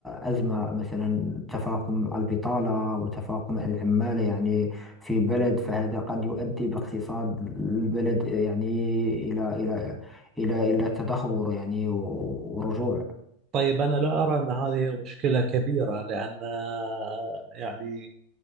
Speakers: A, in the centre; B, on the right.
A: آه، أزمة مثلا تفاقم البطالة وتفاقم العمالة يعني في بلد فهذا قد يؤدي باقتصاد البلد يعني إلى إلى إلى إلى تدهور يعني ورجوع
B: طيب أنا لا أرى أن هذه مشكلة كبيرة لأن آه، يعني